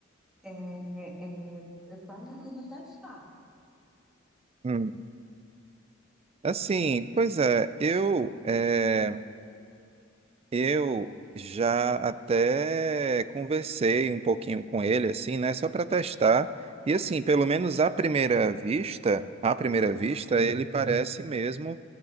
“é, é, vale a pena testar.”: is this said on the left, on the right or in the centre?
Centre